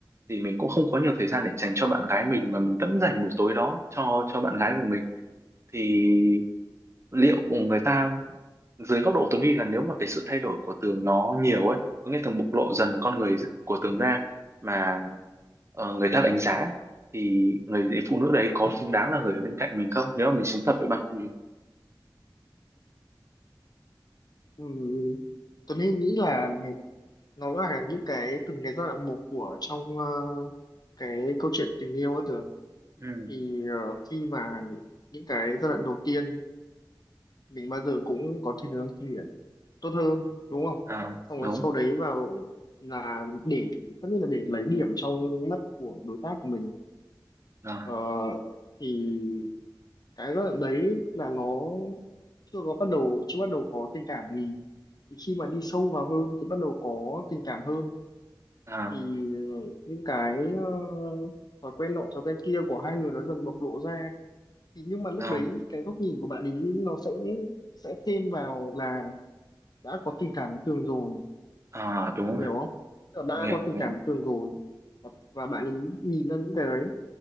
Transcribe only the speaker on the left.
Ừ. Tuấn Anh nghĩ là này- nó là những cái từng cái giai đoạn một của trong ờ, cái câu chuyện tình yêu ấy tưởng
thì ờ, khi mà những cái giai đoạn đầu tiên mình bao giờ cũng có thiên hướng tốt hơn đúng không
xong
rồi sau đấy vào là để tất nhiên là để lấy điểm trong mắt của đối tác của mình
ờ, thì cái giai đoạn đấy là nó chưa có bắt đầu chưa bắt đầu có tình cảm gì thì khi mà đi sâu vào hơn thì bắt đầu có tình cảm hơn
thì những cái ờ, thói quen nọ thói quen kia của hai người nó dần bộc lộ ra thì nhưng mà lúc
đấy cái góc nhìn của bạn ý nó sẽ sẽ thêm vào là đã có tình cảm với Tường rồi
Tường hiểu
không? Tường đã
có tình
cảm với Tường rồi và, và bạn ấy nhìn ra những cái đấy